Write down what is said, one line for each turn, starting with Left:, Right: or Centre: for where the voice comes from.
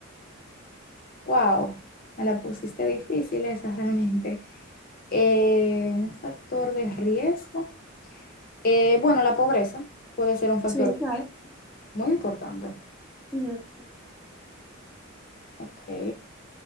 Left: wow, me la pusiste difícil esa realmente. Eh, un factor de riesgo. Eh, bueno, la pobreza puede ser un factor
Centre: Sí, claro.
Left: muy importante.
Centre: Ujú.
Left: Ok,